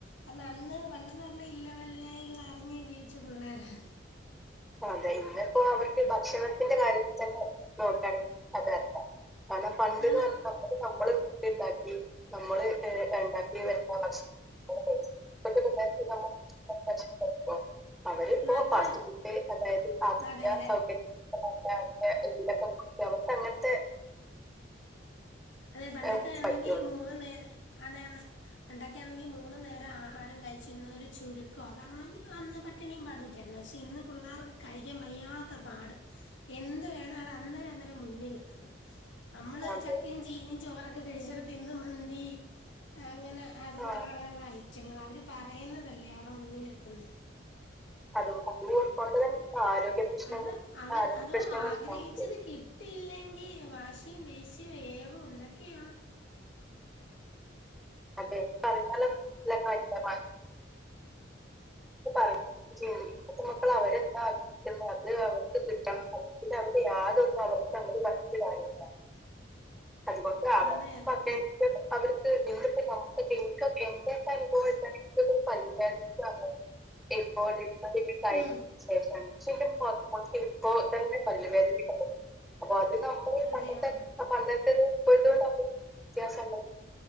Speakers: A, on the left; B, in the centre.
A: കാരണം അന്ന് പണ്ട് ന്ന് പർഞ്ഞ ഇല്ല വല്ലായ്കൾ അറിഞ്ഞ് ജീവിച്ച പിള്ളാരാ.
B: അതെ ഇന്ന് ഇപ്പോ അവർക്ക് ഭക്ഷണത്തിന്റെ കാര്യത്തി തന്നെ നോക്കാണെങ്കി അതല്ലാ. കാരണം പണ്ട്
A: ആണ്
B: ന്ന് പർഞാ അത് നമ്മള്ട്ടുണ്ടാക്കി നമ്മള് ഏഹ് ഇണ്ടാക്കി വരുന്ന ഭക്ഷ് <unintelligible> അവരിപ്പോ
A: മാത്രല്ല
B: <unintelligible> അതായത് ഈ ആധുനിക
A: അതെ അതെ
B: സൗകര്യങ്ങൾ <unintelligible> രീതിയിലൊക്കെ അവർക്കങ്ങൻത്തെ
A: അതെ പണ്ടൊക്കെ
B: ഏഹ്
A: ആണെങ്കി
B: പറ്റുള്ളൂ
A: മൂന്ന് നേരെ അതാണ്. പണ്ടൊക്കെയാണെങ്കി മൂന്നു നേരം ആഹാരം കഴിച്ചിരുന്ന ഒരു ചുരുക്കവാ കാരണം അന്ന് പ ട്ടിണിയും പാടുമൊക്കെയായിരുന്നു പക്ഷെ ഇന്ന് പിള്ളാർക്ക് കഴിക്കാൻ വയ്യാത്ത പാട്. എന്ത് വേണം അത് അന്നേരം അന്നേരം മുന്നിലെത്ത്ന്ന്. നമ്മള്
B: അതെ.
A: ചക്കയും ചീനിം ചോറൊക്കെ കഴിച്ചെടത്തിന്ന് മന്തി അങ്ങനെ. അതുപോലെ
B: ആ,
A: ഉളള ഉള്ള ഐറ്റങ്ങളാ. അവര് പറയുന്നതല്ലേ അവർടെ മുന്നിലെത്തുന്നെ.
B: അത് അതുകൊണ്ട് തന്നെ നമുക്ക് ആരോഗ്യ പ്രശ്നങ്ങൾ
A: അത അവർ
B: ആരോഗ്യ
A: അതോ
B: പ്രശ്നങ്ങൾ
A: ആഗ്രഹിച്ചത്
B: നമുക്ക്
A: കി ട്ടില്ലെങ്കി വാശിയും ദേശ് യും ഏറും എന്തൊക്കെയാ.
B: അതെ പറഞ്ഞാലും ല്ല <unintelligible> <unintelligible> മക്കള് അവരെന്താ <unintelligible> ഗ്രഹിക്കുന്നോ അത് അവർക്ക് കിട്ടണം <unintelligible> അവര് യാതൊന്നും അവർക്ക് അങ്ങട് പറഞ്ഞിട്ട് കാര്യല്ല. അതുകൊണ്ട് അവർകൊക്കെ
A: അതെ അതെ
B: <unintelligible> അവർക്ക് ഇന്ന് പ്പ നമുകൊക്കെ ഇൻക്കൊക്കെ ഇൻ്റെ <unintelligible> ബോയ്‌സാണ് <unintelligible> ഇപ്പോത് ആദ്യായിട്ട് ഇണ്ടായി
A: ഉം
B: ശേഷം പക്ഷെ ഇൻ്റെ <unintelligible> ഇപ്പൊ തന്നെ പല്ല് വേദനിം <unintelligible> അപ്പൊ അത് നമ്മള്
A: അതെ
B: പണ്ടത്തെ
A: ആഹാ
B: പണ്ടത്തെതും ഇപ്പഴ്ത്തതും തമ്മിലുള്ള വ്യത്യാസാണ്.